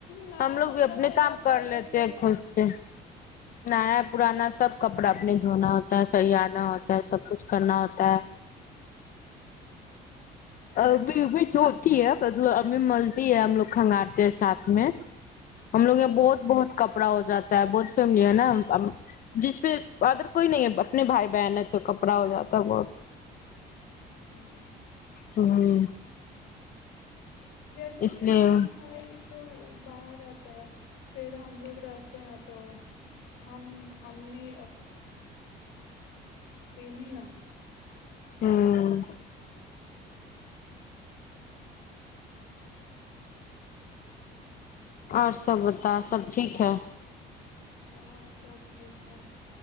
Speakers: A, on the left; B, on the left.
A: نیا
B: ہم لوگ
A: کپڑا
B: بھی اپنے
A: سب
B: کام
A: رہتا
B: کر
A: ہے تو
B: لیتے
A: پھر
B: ہیں خود سے نیا پرانا سب کپڑا اپنے دھونا ہوتا ہے سینا ہوتا ہے سب کچھ کرنا ہوتا ہے ا بھی بھی ہوتی ہے بس ایں ملتی ہے ہم لوگ کھنگارتے ہیں ساتھ میں ہم لوگ
A: ہاں
B: یہ بہت بہت کپڑا ہو جاتا بت فیم ہے نا جس پ ادر کوئی نہیں ہے اپنے بھائی بہن ہے تو کپڑا ہو جاتا بہت
A: ہاں
B: ہوں
A: جیسے
B: اس
A: کہ
B: لیے
A: میں بھائی تو باہر آتا ہے پھر ہم لوگ رہتے ہیں تو ہم امی تین ن ہ
B: ہوں
A: <inaudible> <inaudible>
B: اور سب بتا سب ٹھیک ہے
A: ہاں سب ٹھیک ہے